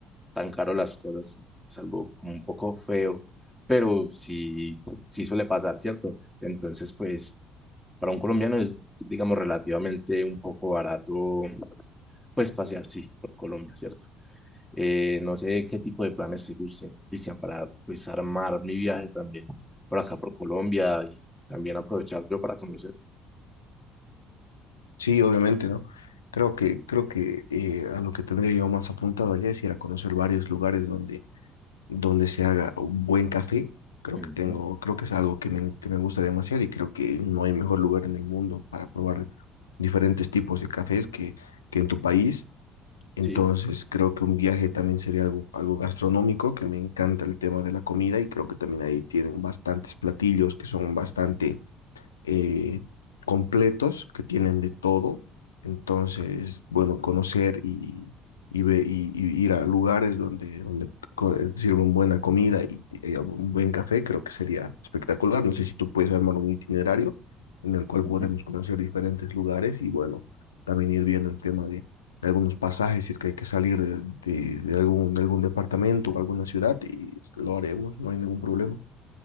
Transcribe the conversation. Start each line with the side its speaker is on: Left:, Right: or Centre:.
Centre: tan caro las cosas y es algo como un poco feo, pero sí, sí suele pasar, ¿cierto? Entonces, pues para un colombiano es, digamos, relativamente un poco barato pues pasear, sí, por Colombia, ¿cierto? Eh, no sé qué tipo de planes te gusten, Cristian, para pues armar mi viaje también por acá, por Colombia y también aprovechar yo para conocer.
Left: Sí, obviamente, ¿no? Creo que, creo que eh, a lo que tendría yo más apuntado allá es ir a conocer varios lugares donde donde se haga un buen café. Creo
Centre: Ujú,
Left: que tengo, creo que es algo que me, que me gusta demasiado y creo que no hay mejor lugar en el mundo para probar diferentes tipos de cafés que, que en tu país. Entonces,
Centre: Sí,
Left: creo que un viaje también sería algo, algo gastronómico, que me encanta el tema de la comida y creo que también ahí tienen bastantes platillos que son bastante eh, completos que tienen de todo. Entonces, bueno, conocer y, y, ve- y- y ir a lugares donde, donde co- sirven buena comida y, y un buen café, creo que sería espectacular. No sé si tú puedes armar un itinerario en el cual
Centre: ujú.
Left: podemos conocer diferentes lugares y bueno, también ir viendo el tema de algunos pasajes, si es que hay que salir de, de- de algún, de algún departamento o alguna ciudad, y lo haremos, no hay ningún problema.